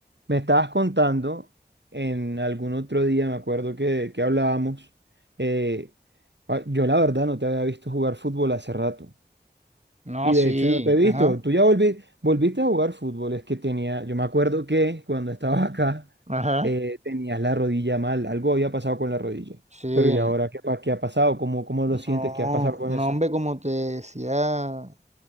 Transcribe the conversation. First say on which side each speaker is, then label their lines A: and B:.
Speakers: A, on the right (about 85°); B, on the right (about 40°).
A: Me estabas contando en algún otro día, me acuerdo que, que hablábamos, eh, ah, yo la verdad no te había visto jugar fútbol hace rato.
B: No,
A: Y
B: sí,
A: de hecho no te he visto.
B: ajá,
A: Tú ya volvi- volviste a jugar fútbol. Es que tenía, yo me acuerdo que cuando estabas <laughs> acá
B: ajá,
A: eh, tenías la rodilla mal. Algo había pasado con la rodilla.
B: sí,
A: Pero ¿y ahora qué, pa- qué ha pasado? ¿Cómo, cómo
B: no,
A: lo sientes? ¿Qué ha pasado con
B: no,
A: eso?
B: hombre, como te decía,